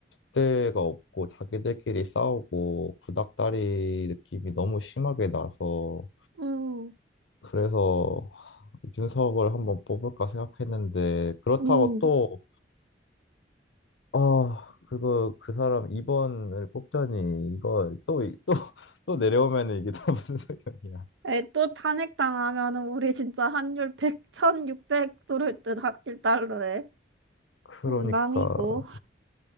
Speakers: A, on the left; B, on the right.
A: 줏대가 없고 자기들끼리 싸우고 구닥다리 느낌이 너무 심하게 나서
B: 음,
A: 그래서 이준석을 한번 뽑을까 생각했는데 그렇다고
B: 음.
A: 또 아, 그거 그 사람 2번을 뽑자니 이거 또 또 <laughs> 또 내려오면은 이게 다 <laughs> 무슨 소용이야.
B: 에, 또 탄핵 당하면은 우리 진짜 환율 1천 육백 6 0 0 들어올 듯1달러에
A: 그러니까
B: 농담이고.